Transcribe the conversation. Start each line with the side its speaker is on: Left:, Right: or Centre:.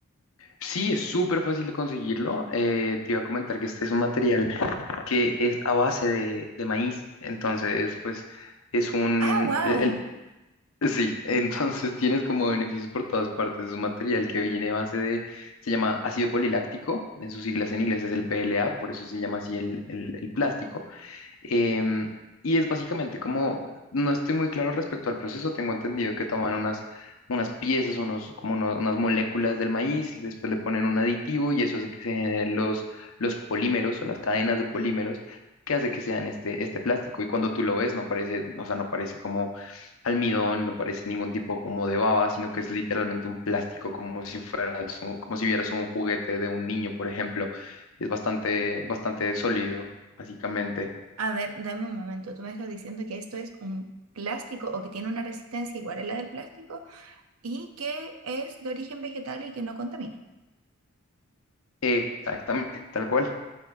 Left: sí, es súper fácil de conseguirlo. eh, te iba a comentar que este es un material que es a base de, de maíz, entonces pues... Es un,
Right: Ah, wow.
Left: el, Sí, <laughs> entonces tienes como beneficios por todas partes. Es un material que viene a base de, se llama ácido poliláctico, en sus siglas en inglés es el PLA, por eso se llama así el, el- el plástico. Em, y es básicamente como, no estoy muy claro respecto al proceso, tengo entendido que toman unas, unas piezas, unos, como uno- unas moléculas del maíz, después le ponen un aditivo y eso hace que se generen los, los polímeros o las cadenas de polímeros que hace que sean este, este plástico. Y cuando tú lo ves, no parece, o sea, no parece como almidón, no parece ningún tipo como de baba, sino que es literalmente un plástico como si fueras un- como si vieras un juguete de un niño, por ejemplo. Es bastante, bastante sólido, básicamente.
Right: A ver, dame un momento. Tú me estás diciendo que esto es un plástico o que tiene una resistencia igual a la del plástico. y que es de origen vegetal y que no contamina.
Left: Exactamente, tal cual.